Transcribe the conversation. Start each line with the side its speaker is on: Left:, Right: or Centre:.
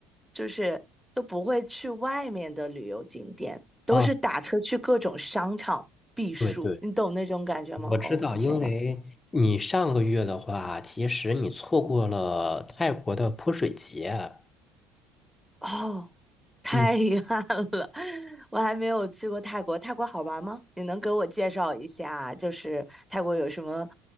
Centre: 就是都不会去外面的旅游景点，都是打车去各种商场避暑，
Left: 啊，对对，
Centre: 你懂那种感觉吗？
Left: 我知道，
Centre: 哦，
Left: 因为你上个月的话，
Centre: 天呐！
Left: 其实你错过了泰国的泼水节。
Centre: 哦，太遗憾了，
Left: 嗯
Centre: <laughs> 我还没有去过泰国。泰国好玩吗？你能给我介绍一下，就是泰国有什么